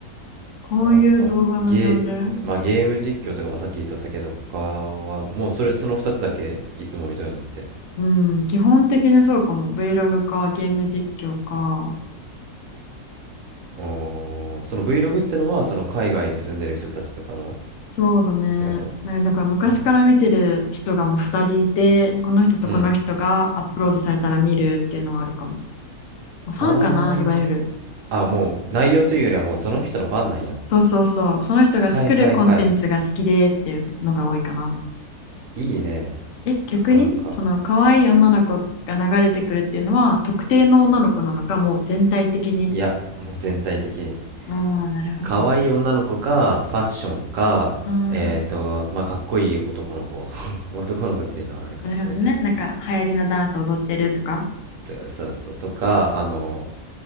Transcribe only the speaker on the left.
こういう動画のジャンル
うん基本的にそうかも Vlog かゲーム実況か
そうだねなんかなんか昔から見てる人がもう2人いてこの人とこの人がアップロードされたら見るっていうのはあるかも
ファンかないわゆる
そうそうそうその人が作るコンテンツが好きでっていうのが多いかな
え逆にその可愛い女の子が流れてくるっていうのは特定の女の子なのかもう全体的に
ああ、なるほど。
ああ、
なるほどね。なんか流行りのダンス踊ってるとか。